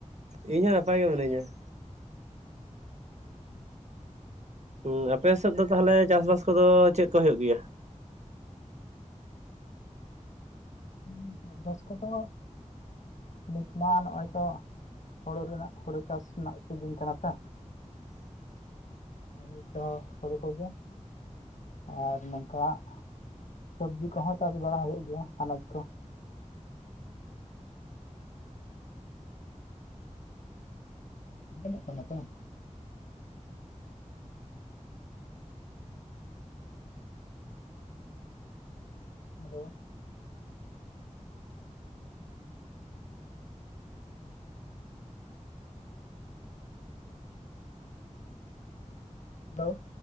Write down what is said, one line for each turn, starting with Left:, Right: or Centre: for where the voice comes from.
Right: ᱤᱧ ᱦᱚᱸ ᱱᱟᱯᱟᱭ ᱜᱮ ᱢᱤᱱᱟᱹᱧᱟ ᱾
Left: ᱦᱮᱸ
Right: ᱦᱩᱸ ᱟᱯᱮ ᱥᱮᱫ ᱫᱚ ᱛᱟᱦᱚᱞᱮ ᱪᱟᱥ ᱵᱟᱥ ᱠᱚᱫᱚ ᱪᱮᱫ ᱠᱚ ᱦᱳᱭᱳᱜ ᱜᱮᱭᱟ?
Left: ᱦ ᱪᱟᱥᱵᱟᱥ ᱠᱚᱫᱚ ᱱᱤᱛ ᱢᱟ ᱱᱚᱜᱼᱚᱭ ᱛᱚ ᱦᱳᱲᱳ ᱨᱮᱱᱟᱜ ᱦᱳᱲᱳ ᱪᱟᱥ ᱨᱮᱱᱟᱜ ᱥᱤᱡᱤᱱ ᱠᱟᱱᱟ ᱥᱮ
Right: <inaudible>
Left: ᱱᱤᱛ ᱫᱚ ᱦᱩᱲᱩ ᱠᱚᱜᱮ ᱟᱨ ᱱᱚᱝᱠᱟ ᱦᱟᱜ ᱥᱚᱵᱡᱤ ᱠᱚᱦᱚᱸ ᱪᱟᱥ ᱵᱟᱲᱟ ᱦᱩᱭᱩᱜ ᱜᱮᱭᱟ ᱦᱟᱱᱟ <inaudible> ᱟᱸᱡᱚᱢᱚᱜ ᱠᱟᱱᱟ ᱛᱚ? Hello hello